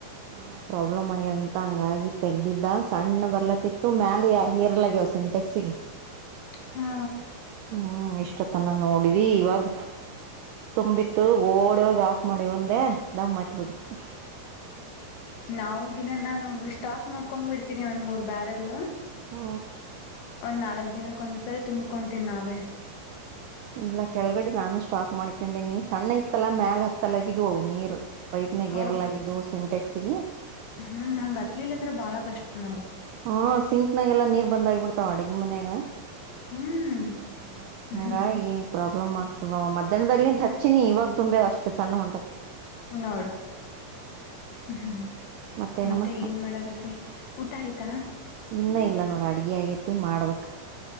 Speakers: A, on the right; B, on the left.
A: ಏನು ಪ್ರಾಬ್ಲಮ್ ಆಗ್ಯದ ಅಂತ ಹಂಗಾಗಿ ತೆಗ್ದಿದ್ದ ಸಣ್ಣ ಬರ್ಲತಿತ್ತು ಮ್ಯಾಲ ಹೀರ್ಲ ಆಗ್ಯಾವ್ ಸಿಂಟೆಕ್ಸಿಗೆ
B: ಹಾ
A: ಹ್ಮ್ ಇಷ್ಟ ತನ್ನ ನೋಡಿದಿ ಇವಾಗ ತುಂಬಿತ್ತು ಓಡೋಗ ಆಫ್ ಮಾಡಿ ಒಂದೆ ದಮ್ ಮತಿ ಬಿಿಟ್ಟಿತ್ತುು
B: ನಾವು ದಿನ ನಾನು ಸ್ಟಾಕ್ ಮಾಡ್ಕೊಂಡ್ ಬಿಿಡ್ತೀನಿ ಒಂದ್ ಮೂರ್ ಬ್ಯಾರೆಲ್
A: ಹ್ಮ
B: ಒಂದ್ ನಾಲ್ಕ್ ದಿನಕ್ಕಂದ್ಸರಿ ತಂಬಕೊತೀನಿ ನಾವೇ
A: ಇಲ್ಲ ಕೆಳಗಡೆ ನಾನು ಸ್ಟಾಕ್ ಮಾಡ್ಕೊಂಡೀನಿ ಸಣ್ಣ ಇತ್ತಲ ಮ್ಯಾಲ ಹತ್ತಲಗಿದ್ ನೀರ್ ಪೈಪ್ ನ
B: ಹೌದು
A: ೇರಲಾಗಿದ್ದು ಸಿಂಟೆಕ್ಸ್ಗೆ
B: ಹ್ಮ್ ನಂಗ್ ಅತ್ಲಿಲ್ಲ ಅಂದ್ರೆ ಬಾಳ ಕಷ್ಟ ನೋಡಿ
A: ಹಾ ಸಿಂಕ್ನಾಗೆಲ್ಲ ನೀರ್ ಬಂದಾಗಿಬಿಡ್ತಾವ ಅಡಗಿ ಮನ್ಯಾಗ
B: ಹ್ಮ್
A: ಹ್ಮ ಹಾಗಂಗಾಗಿ
B: ಹ್ಮ್
A: ಪ್ರಾಬ್ಲಮ್ ಆಗ್ತದವ ಮಧ್ಯಾಹ್ದಾಗ್ಲಿಂತ ಹಚ್ಚಿನಿ ಇವಾಗ ತುಂಬೆ ಅಷ್ಟ ಸಣ್ಣ ಹೊಂಟ್
B: ನಡ ಹ್ಮ್
A: ಮತ್ತೇನಮ್ಮ
B: ಮತ್ತೆ ಏನ್ ಮಾಡಗತ್ತ ಊಟ ಆಯ್ತಾ
A: ಇನ್ನು ಇಲ್ಲ ನೋಡ ಅಡ್ಗೆ ಆಗೈತಿ ಮಾಡ್ಬೇಕಕ್